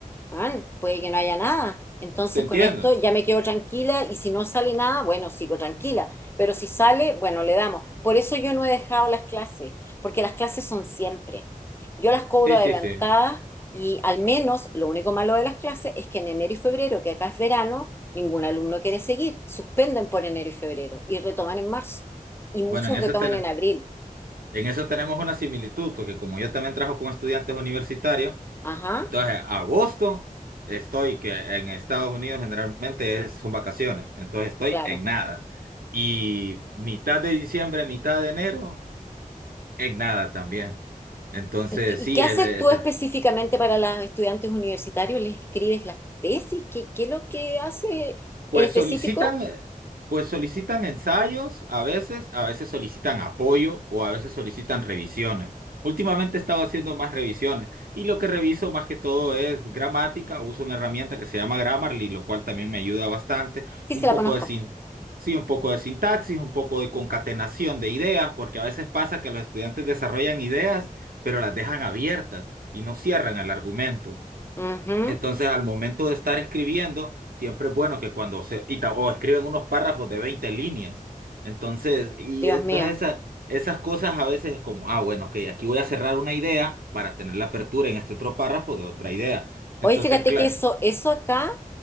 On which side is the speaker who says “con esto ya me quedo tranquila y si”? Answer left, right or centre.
Left